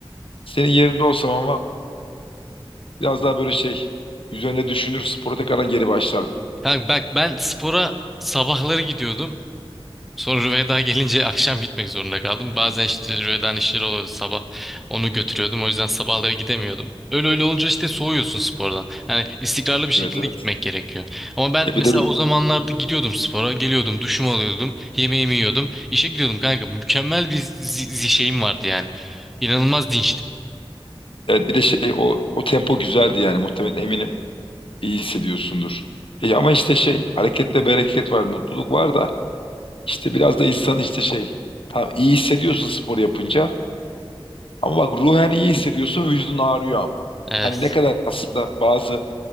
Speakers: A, on the left; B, in the centre.
A: senin yerinde olsam ama biraz daha böyle şey üzerine düşünür spora tekrardan geri başlardım.
B: Kanka bak ben spora sabahları gidiyordum. Sonra Rüveyda gelince akşam gitmek zorunda kaldım. Bazen işte Rüveyda'nın işleri oluyordu sabah. Onu götürüyordum. O yüzden sabahları gidemiyordum. Öyle öyle olunca işte soğuyorsun spordan. Hani istikrarlı bir şekilde
A: Evet evet.
B: gitmek gerekiyor. Ama ben
A: E
B: mesela
A: bir de
B: o zamanlarda gidiyordum spora. Geliyordum, duşumu alıyordum, yemeğimi yiyordum. işe gidiyordum kanka. Mükemmel bir zi zi- şeyim vardı yani. İnanılmaz dinçtim.
A: evet, bir de şey o o tempo güzeldi yani muhtemelen eminim iyi hissediyorsundur. E ama işte şey harekette bereket var, mutluluk var da işte biraz da insan işte şey tam iyi hissediyorsun spor yapınca Ama bak ruhen iyi hissediyorsun, vücudun ağrıyor ama.
B: Evet.
A: Hani ne kadar aslında bazı